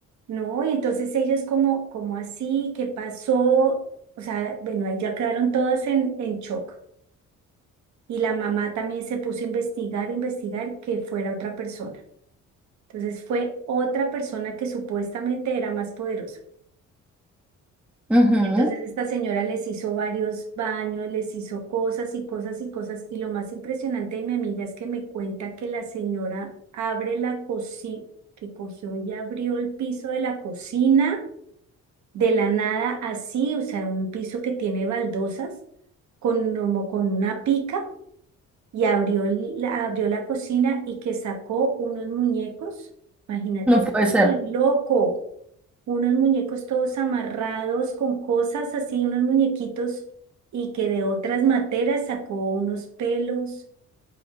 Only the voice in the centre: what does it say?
Ujú,
No puede ser.